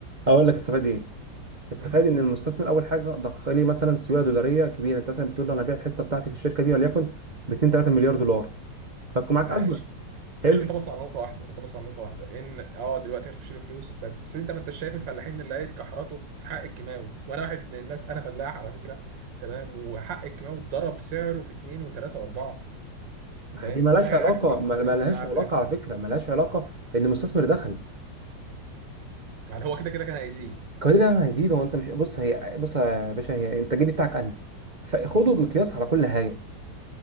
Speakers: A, on the right; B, on the right.
A: اقول لك استفاد ايه استفاد
B: امم
A: ان المستثمر اول حاجه ضخ لي مثلا سيوله دولاريه كبيره انت مثلا بتقول له انا هبيع الحصه بتاعتي في الشركه دي وليكن ب 2 3 مليار دولار فتكون معاك
B: ماشي
A: ازمه
B: ماشي
A: حلو
B: انت بص على نقطة واحدة انت بص على نقطة واحدة ان اه دلوقتي هيخش لي فلوس بس انت ما انتش شايف الفلاحين اللي لقيت كحرته في حق الكيماوي وانا واحد من الناس انا فلاح على فكرة تمام وحق الكيماوي اتضرب سعره في اتنين وتلاتة واربعة
A: ما
B: فاهمني
A: هي دي مالهاش
B: ده هينعكس
A: علاقه
B: على
A: ما
B: المحاصيل
A: ما
B: بتاعتك
A: لهاش علاقه على
B: و...
A: فكره ما لهاش علاقه ان المستثمر دخل
B: يعني هو كده كده كان هيزيد
A: القليل ده هيزيد هو انت مش بص هي بص يا باشا هي انت الجديد بتاعك قل فخده
B: مم.
A: مقياس على كل حاجه